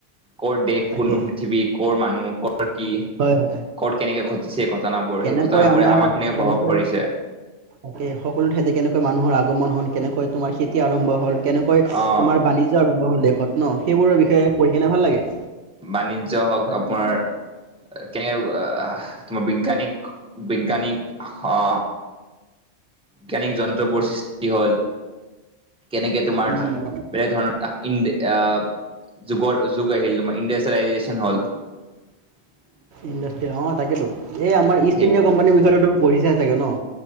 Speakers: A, in the centre; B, on the right (about 65°).
A: কত দেশ
B: তাকে
A: কোনটো পৃথিৱী ক মানুহ কৰ কি
B: হয় হয়
A: ক'ত কেনেকে ঘটিছে ঘটনাবোৰ
B: কেনেকৈ
A: সেই ঘটন বোৰে
B: আমাৰ
A: আমাক কেনেকে
B: কেনেকৈ
A: প্ৰভাৱ পৰিছে।
B: তাকে সকলো ঠেতে কেনেকৈ মানুহৰ আগমন হল কেনেকৈ তোমাৰ খেতি আৰম্ভ হ'ল কেনেকৈ
A: অ',
B: তোমাৰ বাণিজ্য আৰম্ভ হল দেশত ন সেইবোৰৰ বিষয়ে পঢ়ি কেনে ভাল লাগে।
A: বাণিজ্য হওক
B: জানি
A: আপোনাৰ
B: কেনে ভাল লাগে
A: কেনে তোমাৰ বিজ্ঞানিক বিজ্ঞানিক অ। বৈজ্ঞানিক যন্ত্ৰবোৰ সৃষ্টি হ'ল। কেনেকে তোমাৰা
B: উম
A: বেলেগ ধৰণৰ ই আহ যুগৰ যুগ আহিল। তোমাৰ ইণ্ডাষ্ট্ৰিয়েলাইজেচন হ'ল। <unintelligible>
B: ইণ্ডাষ্ট্ৰ অ, তাকেতো এই আমাৰ ইষ্ট
A: সেই
B: ইণ্ডিয় কোম্পানীৰ বিষয়েটো তুম পঢ়ি চাই চাগে ন?